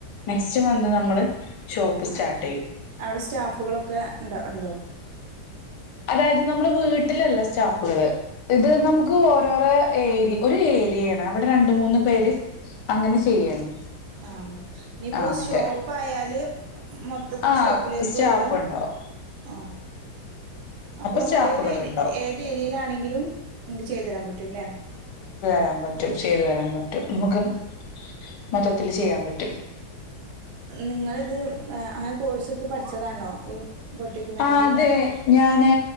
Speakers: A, on the left; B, on the right.
A: നെക്സ്റ്റ് മന്ത് നമ്മള് സ്റ്റാർട്ട്
B: ആ
A: ചെയ്യും
B: അവടെ സ്റ്റാഫുകളൊക്കെ ഇണ്ടോ ഒണ്ടോ
A: അതായത് നമ്മുടെ വീട്ടിലല്ല സ്റ്റാഫുകള് ഇത് നമുക്ക് ഓരോരോ ഏരി ഒരു ഏരിയയാണ് അവിടെ രണ്ട് മൂന്ന് പേര് അങ്ങനെ ചെയ്യാണ്
B: ആ ഇനിയിപ്പോ
A: ആ
B: ഷോപ്പായാല്
A: അതെ
B: മൊത്തത്തില്
A: ആ
B: ഷോപ്പിലേക്ക്
A: സ്റ്റാഫ്
B: വരുോ
A: ഉണ്ടാവും
B: ആ അപ്പൊ നമ്മൾ
A: സ്റ്റാഫുകൾ
B: ഏത് ഏരി
A: ഉണ്ടാവും
B: ഏത് ഏരിയയിലാണെങ്കിലും നക്ക് ചെയ്തുതരാൻ പറ്റൂല്ലേ
A: രാൻ പറ്റും ചെയ്തു തരാൻ പറ്റും മുഖം മൊത്തത്തില് ചെയ്യാൻ പറ്റും
B: നിങ്ങളിത് അങ്ങനെ കോഴ്സ് എടുത്ത് പഠിച്ചതാണോ ഈ ബൊട്ടിക് മാനേജ്മെന്റ്
A: ആ അതെ
B: അങ്ങനെ
A: ഞാന്